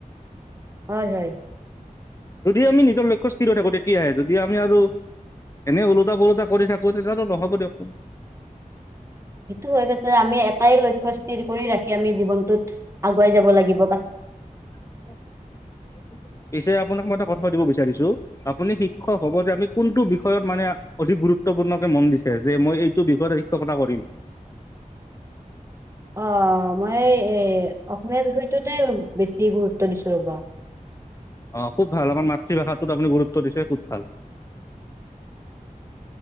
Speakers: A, on the right (about 20°); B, on the left (about 20°).
A: হয়- হয়
B: যদি আমি নিজৰ লক্ষ্য স্থিৰ হৈ থাকো তেতিয়াহে। যদি আমি আৰু এনে ওলোটা - কোলোটা কৰি থাকো তেতিয়াতো নহ'ব দিয়কচোন।
A: সেইটো হৈ পাছে আমি এটাই লক্ষ্য স্থিৰ কৰি ৰাখি খি আমি জীৱনটোত আগুৱাই যাব লাগিব পাছ
B: <inaudible>
A: <inaudible>
B: পিছে আপোনাক মই এটা কথা সুধিব বিচাৰিছো আপুনি শিক্ষক হব যে আমি কোনটো বিষয়ত মানে অধিক গুৰুত্ গুৰুত্বপূৰ্ণ মন দিছে যে মই এইটো বিষয়ত শিক্ষকতা কৰিম
A: <inaudible> অ মই এ অসমীয়া বিষয়টোতেই বেছি গুৰুত্ব দিছো ৰ'বা <inaudible>
B: আহ খুব ভাল আমাৰ মাতৃভাষাটোত আপুনি গুৰুত্ব দিছে খুব ভাল